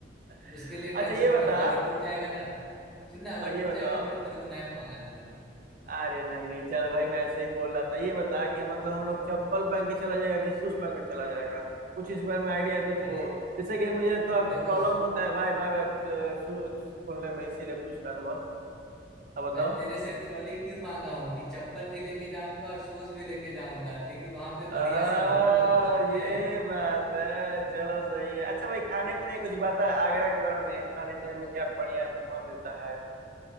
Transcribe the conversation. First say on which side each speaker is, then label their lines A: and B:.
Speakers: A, on the right; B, in the centre.
A: <laughs>
B: उसके लिए
A: अच्छा
B: टेंशन
A: ये बता
B: मत ले अगर टूट जाएगा ना सुन ना अगर
A: और ये
B: टूट
A: बताओ
B: जाएगा तो मैं तेरे को नया मंगा दूंगा
A: अरे नहीं नहीं चल भाई मैं ऐसे ही बोल रहा था ये बता कि मतलब हम लोग चप्पल पहन के चला जाएगा कि शूज पहन के चला जाएगा कुछ इस बारे में आइडिया है तुझको
B: अरे
A: जैसे कि मुझे थोड़ा प्रॉब्लम
B: देखो सु-
A: होता है भाई बाय बाय शूज खोलने में इसीलिए पूछ रहा था बस अब बताओ
B: मैं तेरे से ट्रॉली क्यों मांगा हूँ कि चप्पल भी लेके जाऊंगा और शूज भी लेके जाऊंगा ठीक है वहां पे
A: आ,
B: बढ़िया से घूमू समझे
A: ये बात है चलो सही है अच्छा भाई खाने पीने की कुछ बात है आगरा के बारे में खाने पीने में क्या बढ़िया वहाँ मिलता है